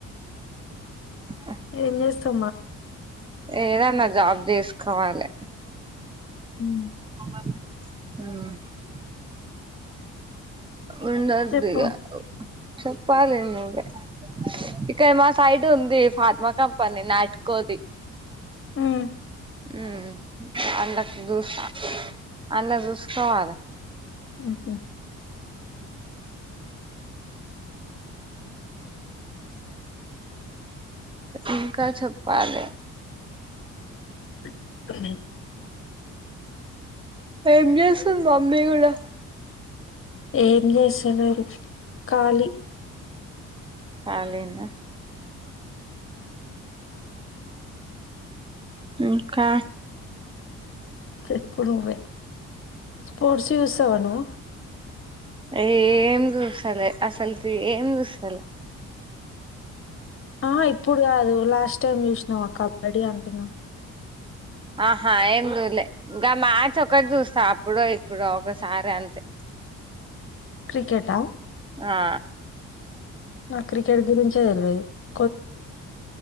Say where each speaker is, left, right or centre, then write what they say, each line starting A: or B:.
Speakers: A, on the right (about 15°); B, on the left (about 45°).
A: అ
B: ఏం చేస్తా
A: ఏదనా జబ్ చెస్ కావాలి
B: ఉమ్,
A: బ <unintelligible> ఉండదిగా
B: చెప్పు
A: చెప్పాలి నువ్వే ఇక్కడ మా సైడ్ ఉంది ఫార్మా కంపెనీ నాటుకోది
B: మ్మ్
A: మ్మ్ <unintelligible> అన్న చూసుకోవాల
B: ఉహు
A: ఇంకా చెప్పాలే
B: <unintelligible>
A: ఏం చేస్తుది మమ్మీ కూడా
B: ఏం చేసాలే కాలి
A: కాలనా ఇకా
B: చెప్పు నువ్వు స్పోర్ట్స్ చూస్తావా నువ్వు
A: ఏం చుసాలే అసలు ఏం చూసాలే
B: ఆ ఇప్పుడు కాదు లాస్ట్ టైమ్ చూసినా అక్క కబడ్డీ అంటున్నా
A: ఆహా ఏం చూలే ఇంకా మ్యాచ్ ఒకటి చూస్తా అప్పుడో ఇప్పుడు ఒకసారి అంతే
B: క్రికెట్ ఆ
A: ఆ
B: నా క్రికెట్ గురించి <unintelligible>